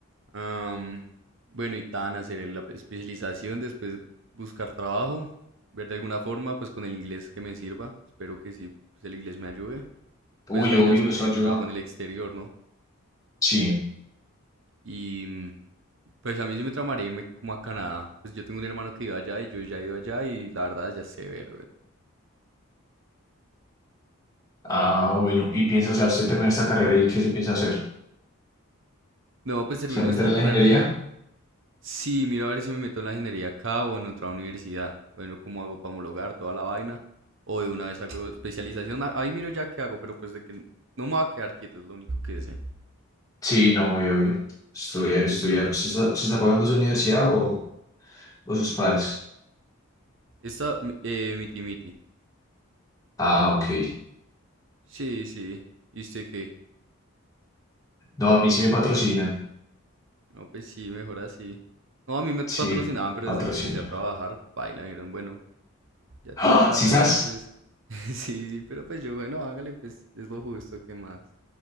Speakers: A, on the right; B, on the left.
A: Am, bueno, y tan hacer la especialización, después buscar trabajo, ver de alguna forma, pues con el inglés que me sirva, espero que sí, pues el inglés me ayude.
B: Uy,
A: Pues la
B: obvio,
A: idea es conseguir
B: eso ayuda.
A: trabajo en el exterior, ¿no?
B: Sí.
A: Y mm, pues a mí sí me tramaría irme como a Canadá. Pues yo tengo un hermano que iba allá y yo ya he ido allá y la verdad ya sé ver,
B: Ah, bueno. ¿Y piensa, o sea, usted termina esta carrera y qué se piensa hacer?
A: No, pues termino
B: ¿Se va a meter
A: esta
B: en
A: carrera
B: la ingeniería?
A: y Sí, miro a ver si me meto en la ingeniería acá o en otra universidad. Bueno, cómo hago para homologar toda la vaina. O de una vez hago especialización. Ah, Ahí miro ya qué hago, pero pues de que no me voy a quedar quieto, es lo único que sé.
B: Sí, no, obvio, obvio. Estudiar,
A: Sí,
B: estudiar.
A: nada.
B: ¿Se está, se está pagando su universidad o, o sus padres?
A: Esta, mi- eh, miti miti.
B: Ah, ok.
A: Sí, sí. ¿Y usted qué?
B: No, a mí sí me patrocinan.
A: No, pues sí, mejor así. No, a mí me patrocinaban,
B: Sí,
A: pero
B: patrocinio.
A: desde que empecé a trabajar, baila, dijeron, bueno, ya tiene
B: ¡Ah!
A: plata,
B: ¿Sí sabes?
A: entonces. <laughs> Sí, sí, pero pues yo, bueno, hágale, pues es lo justo, ¿qué más?